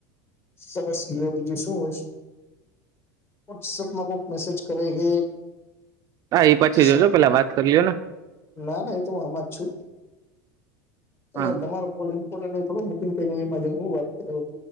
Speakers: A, on the left; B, on the right.
A: સરસ લે બીજું શું હોય છે? વોટ્સઅપમાં કોઈક મેસેજ કરે છે.
B: હા એ પછી
A: સક
B: જોજો પેલા વાત કરી લ્યો ને
A: ના ના એ તો હું આમાં જ છું.
B: હા
A: યાર તમારો કોલ ઇમ્પોર્ટન્ટ હોય થોડો મુકી ને કરી એમાં જવ? હું વાત કરો?